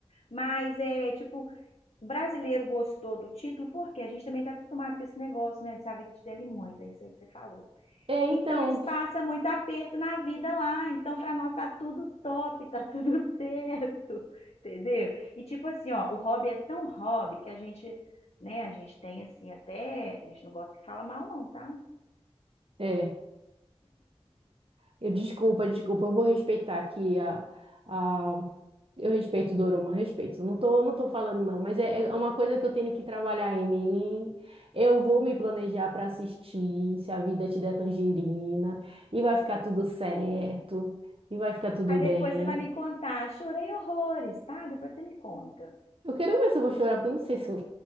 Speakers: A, on the left; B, on the right.
A: Mas é tipo, o brasileiro gostou do título, porque a gente também está acostumado com esse negócio, né? De ser a vida de Delimões, é isso aí que você falou.
B: É, então.
A: Então, eles passam muito aperto na vida lá. Então, para nós tá tudo top, tá <laughs> tudo certo, entendeu? E tipo assim, ó, o hobby é tão hobby que a gente, né, a gente tem assim até, a gente não gosta que fala mal não, tá?
B: É. é, Eu desculpa, desculpa. Eu vou respeitar aqui a, a Eu respeito Dorama, respeito. Não tô, não tô falando não, mas é, é uma coisa que eu tenho que trabalhar em mim. Eu vou me planejar para assistir, se a vida te der tangerina, e vai ficar tudo certo, e vai ficar tudo
A: Aí depois
B: bem.
A: você vai me contar, chorei horrores, tá? Depois você me conta.
B: Eu quero ver se eu vou chorar, porque eu não sei se eu...